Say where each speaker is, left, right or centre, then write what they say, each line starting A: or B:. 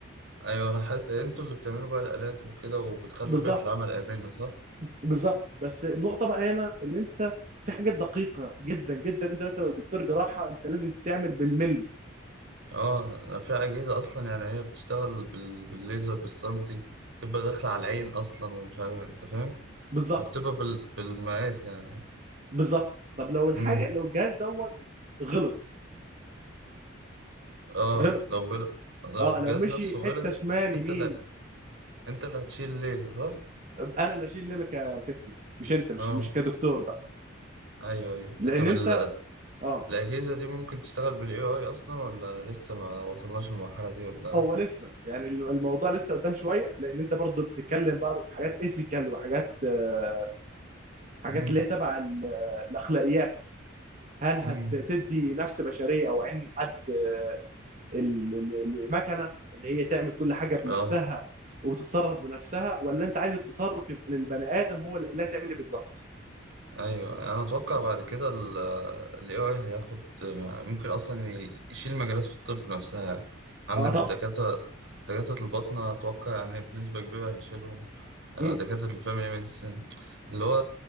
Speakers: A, on the right (about 65°); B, on the right (about 35°).
A: ايوه انا حاسس انتوا اللي بتعملوا بقى الالات وكده وبتخلوا
B: بالظبط
A: بيئة العمل امنة صح
B: بالظبط بس النقطه بقى هنا ان انت في حاجات دقيقه جدا جدا انت مثلا لو دكتور جراحه انت لازم تعمل بالملي
A: اه انا في اجهزة اصلا يعني هي بتشتغل بال... بالليزر بالسنتي بتبقى داخلة على العين اصلا ومش عارف انت فاهم
B: بالظبط
A: فبتبقى بال... بالمقاس يعني
B: بالظبط طب لو الحاجه
A: امم
B: لو الجهاز دوت غلط
A: اه
B: غلط
A: لو غل... لو
B: اه
A: الجهاز
B: لو مشي
A: نفسه غلط
B: حته شمال يمين
A: انت اللي انت اللي هتشيل الليلة صح؟
B: انا اللي اشيل ليله كسيفتي مش انت مش
A: اه
B: مش كدكتور بقى
A: ايوه ايوه
B: لان
A: طب
B: انت
A: ال-
B: اه
A: الاجهزة دي ممكن تشتغل بالاي اي اصلا ولا لسه ما وصلناش للمرحلة دي ولا
B: هو لسه يعني الموضوع لسه قدام شويه لان انت برضه بتتكلم بقى في حاجات ايثيكال وحاجات آه، حاجات
A: امم
B: اللي هي تبع ال- الاخلاقيات هل
A: امم
B: هتدي نفس بشريه او عين حد آه، ال- ال- المكنه ان هي تعمل كل حاجه بنفسها
A: اه
B: وتتصرف بنفسها ولا انت عايز التصرف يبقى للبني ادم هو اللي اللي هتعمل ايه بالظبط
A: ايوه انا اتوقع بعد كده ال ال AI هياخد ممكن اصلا ي- يشيل مجالات في الطب نفسها عندك
B: آه، اتوقع
A: دكاترة دكاترة الباطنة اتوقع يعني بنسبة كبيرة هيشيلهم آه،
B: امم
A: دكاترة الفاميلي ميديسن اللي هو